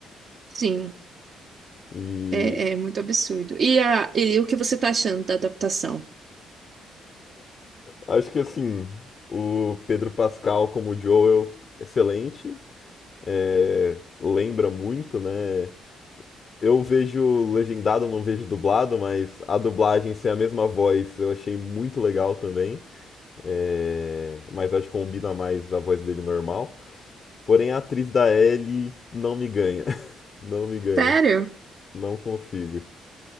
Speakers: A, on the right; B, on the left.
A: Sim.
B: E
A: É, é muito absurdo. E, a, e o que você tá achando da adaptação?
B: Acho que assim, o Pedro Pascal como Joel, excelente. É, lembra muito, né? Eu vejo legendado, não vejo dublado, mas a dublagem ser a mesma voz eu achei muito legal também. É, mas acho que combina mais a voz dele normal. Porém, a atriz da Ellie não me ganha. <laughs> Não me ganha.
A: Sério?
B: Não consigo.